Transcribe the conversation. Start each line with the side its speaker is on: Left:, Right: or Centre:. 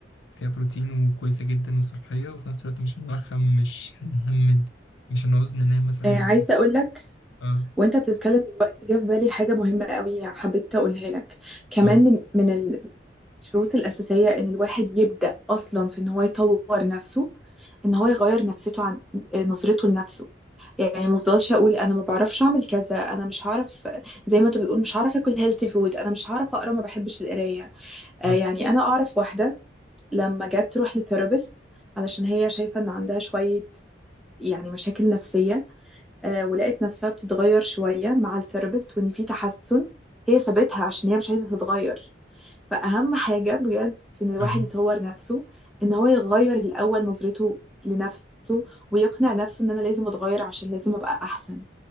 Left: فيها بروتين وكويسة جدا وصحية وفي نفس الوقت مش هنوخم مش هنهمد مش هنعوز ننام مثلا
Centre: آه عايزة
Left: بعدين
Centre: اقول لك
Left: اه
Centre: وانت بتتكلم دلوقتي جه في بالي حاجة مهمة قوي حبيت اقولها لك كمان
Left: اه
Centre: من من الشروط الأساسية ان الواحد يبدأ اصلا في ان هو يطور نفسه ان هو يغير نفسيته عن آه، نظرته لنفسه يعني ما افضلش اقول انا ما بعرفش اعمل كذا انا مش هعرف زي ما انت بتقول مش هعرف اكل هيلثي فود انا مش هعرف اقرا ما بحبش القرايه آه
Left: اه
Centre: يعني انا اعرف واحده لما جت تروح لثيرابيست علشان هي شايفه ان عندها شويه يعني مشاكل نفسية آه، ولقيت نفسها بتتغير شوية مع الثيرابيست وإن في تحسن هي سابتها عشان هي مش عايزة تتغير فأهم حاجة بجد في إن الواحد
Left: اه
Centre: يطور نفسه إن هو يغير الأول نظرته لنفسه ويقنع نفسه إن أنا لازم أتغير عشان لازم أبقى أحسن